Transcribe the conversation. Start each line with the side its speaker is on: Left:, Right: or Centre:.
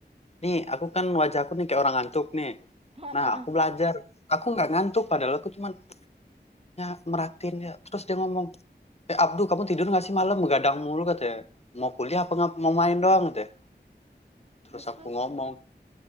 Left: nih aku kan wajahku nih kayak orang ngantuk nih
Right: <laughs>
Left: nah aku belajar aku nggak ngantuk padahal aku cuman ya merhatiin ya terus dia ngomong eh Abdu kamu tidur nggak sih malam begadang mulu katanya mau kuliah apa nggak mau main doang katanya terus
Right: Terus
Left: aku
Right: terus
Left: ngomong